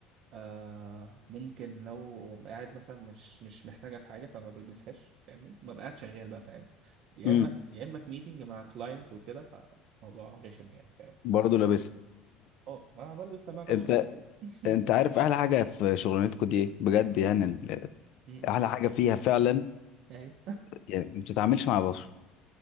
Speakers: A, on the right (about 60°); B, on the left (about 60°).
A: آه ممكن لو قاعد مثلا مش مش محتاجة في حاجة فما بلبسهاش فاهمني ببقى قاعد شغال بقى فاهم يا
B: امم
A: إما في يا إما في ميتنج مع كلاينت وكده فموضوع رخم يعني فاهم
B: برضه لابس
A: اه ما أنا بلبس سماعة بقى
B: انت
A: عشان كده <laughs>
B: انت عارف احلى حاجه في شغلانتكم دي ايه بجد يعني ال-
A: م-م.
B: احلى حاجه فيها فعلا
A: أيوه
B: يعني ما بتتعاملش مع بشر